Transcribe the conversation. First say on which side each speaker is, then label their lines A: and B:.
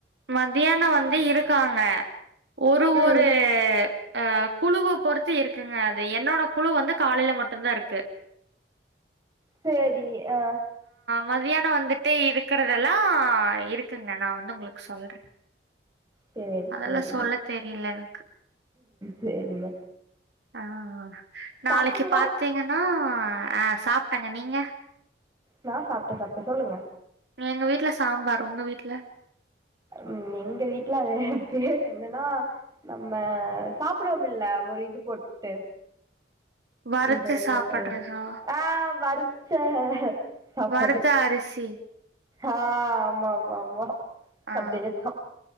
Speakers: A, on the right; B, on the right.
A: மத்தியான வந்து இருக்காங்க ஒரு
B: ம்
A: ஒரு ஆ குழுவ பொறுத்து இருக்குங்க அது என்னோட குழு வந்து காலையில மட்டு தா இருக்கு
B: சேரி ஆ
A: மதியான வந்துட்டே இருக்கிறதெல்லா இருக்குங்க நா வந்து உங்களுக்கு சொல்றே
B: சேர்
A: அதெல்லா
B: சேரிங்க
A: சொல்ல தெரியல எனக்கு
B: சேரிங்க
A: ஆஹ் நாளைக்கு
B: சாப்ட்டீங்களா
A: பாத்தீங்கன்னா ஆ சாப்ட்டேங்க நீங்க
B: நா சாப்ட்டே சாப்ட்டே சொல்லுங்க
A: ஆ எங்க வீட்ல சாம்பார் உங்க வீட்ல
B: உ எங்க வீட்ல அது பேரு என்னனா நம்ம சாப்புடுவோம்மில்ல ஒரு இது போட்டு
A: வறுத்து
B: இந்த என்னங்க
A: சாப்பட்றதா
B: வேற அ வறுச்ச சாப்பாடு
A: வறுத்த அரிசி
B: ஆ ஆமா ஆமா ஆமா
A: ஆ
B: அதேதா